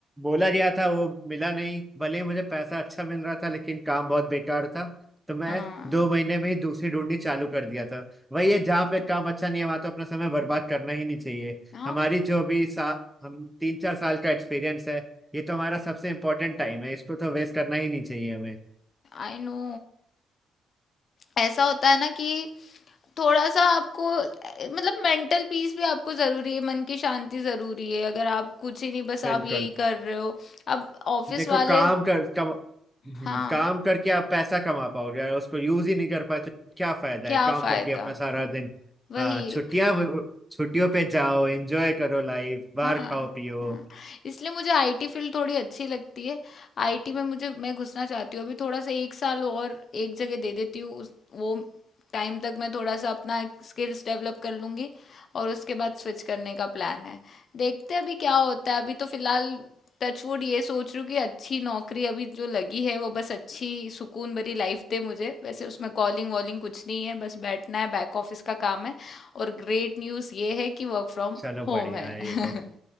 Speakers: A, in the centre; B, on the left.
A: बोला गया था वो मिला नहीं भले ही मुझे पैसा अच्छा मिल रहा था लेकिन काम बहुत बेकार था तो मैं
B: हाँ
A: दो महीने में ही दूसरी ढूंढनी चालू कर दिया था वही है जहाँ पे काम अच्छा नहीं है वहाँ तो अपना समय बर्बाद करना ही नहीं चाहिए
B: हाँ
A: हमारी
B: वो
A: जो भी सा हम तीन चार साल का एक्सपीरियंस है ये तो हमारा सबसे इम्पोर्टेंट टाइम है इसको तो वेस्ट करना ही नहीं चाहिए हमें
B: आई नो ऐसा होता है ना कि थोड़ा सा आपको अ, मतलब मेंटल पीस भी आपको जरूरी है मन की शांति जरूरी है अगर आप कुछ ही नहीं बस
A: बिल्कुल
B: आप यही कर रहे हो अब ऑफिस
A: देखो
B: वाले
A: काम कर कम, हम्म,
B: हाँ
A: काम करके आप पैसा कमा पाओगे अगर उसको यूज ही नहीं कर पाए तो क्या फायदा
B: क्या
A: है काम
B: फायदा
A: करके अपना सारा दिन
B: वही
A: हाँ छुट्टियां छुट्टियों पे जाओ एंजॉय करो लाइफ बाहर
B: हाँ
A: खाओ पियो
B: हाँ इसलिए मुझे आईटी फील्ड थोड़ी अच्छी लगती है आईटी में मुझे मैं घुसना चाहती हूँ अभी थोड़ा सा एक साल और एक जगह दे देती हूँ उस वो टाइम तक मैं थोड़ा सा अपना स्किल्स डेवलप कर लूँगी और उसके बाद स्विच करने का प्लान है देखते हैं अभी क्या होता है अभी तो फिलहाल टचवुड ये सोच रही हूँ कि अच्छी नौकरी अभी जो लगी है वो बस अच्छी सुकून भरी लाइफ दे मुझे वैसे उसमें कॉलिंग वॉलिंग कुछ नहीं है बस बैठना है बैक ऑफिस का काम है और ग्रेट न्यूज़ ये है कि वर्क फ्रॉम
A: चलो
B: होम
A: बढ़िया
B: है
A: है ये तो
B: <laughs>